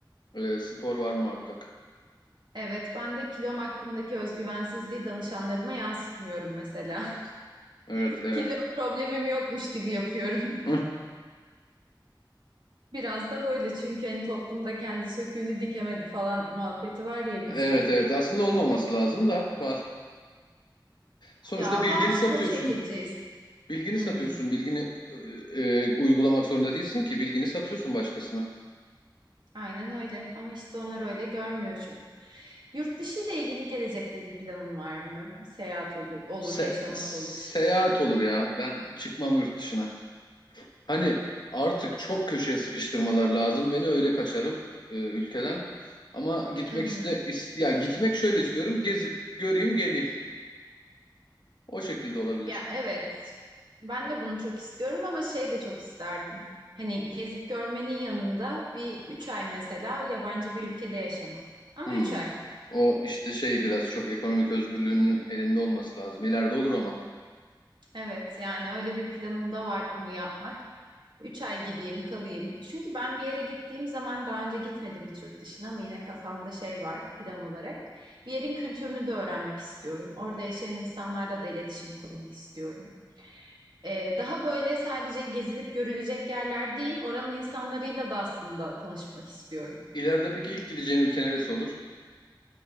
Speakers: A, on the left; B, on the right.
A: E, spor var muhakkak.
B: Evet, ben de kilom hakkındaki özgüvensizliği danışanlarıma yansıtmıyorum mesela.
A: Evet
B: <laughs>
A: evet.
B: Kilo problemim yokmuş gibi yapıyorum.
A: Hıh.
B: Biraz da böyle çünkü hani toplumda kendi söküğünü dikemedi falan muhabbeti var ya
A: Evet
B: bizde.
A: evet. Aslında olmaması lazım da var. Sonuçta
B: Ya
A: bilgini
B: var
A: satıyorsun.
B: çok şekilciyiz.
A: Bilgini
B: Hı
A: satıyorsun,
B: hı.
A: bilgini e, e, uygulamak zorunda değilsin ki. Bilgini satıyorsun başkasına.
B: Aynen öyle ama işte onlar öyle görmüyor çok. Yurt dışı ile ilgili gelecekte bir planın var mı? Seyahat ol- olur,
A: Se-
B: yaşamak
A: seyahat
B: olur.
A: olur ya. Ben çıkmam yurt dışına. Hani artık çok köşeye sıkıştırmalar lazım. Beni öyle kaçarım e, ülkeden. Ama gitmek
B: Hı hı.
A: iste is- ya gitmek şöyle istiyorum. Gezip göreyim, geleyim. O şekilde olabilir.
B: Ya evet. Ben de bunu çok istiyorum ama şey de çok isterdim. Hani gezip görmenin yanında bir üç ay mesela yabancı bir ülkede yaşamak. Ama
A: Hmm.
B: üç ay.
A: O işte şey biraz çok ekonomik özgürlüğünün elinde olması lazım. İleride olur ama.
B: Evet yani öyle bir planım da var bunu yapmak. Üç ay gideyim kalayım. Çünkü ben bir yere gittiğim zaman daha önce gitmedim hiç yurt dışına ama yine kafamda şey var plan olarak. Bir yerin kültürünü de öğrenmek istiyorum. Orada yaşayan insanlarla da iletişim kurmak istiyorum. Ee, daha böyle sadece gezilip görülecek yerler değil, oranın insanlarıyla da aslında tanışmak istiyorum.
A: İleride peki ilk gideceğin ülke neresi olur?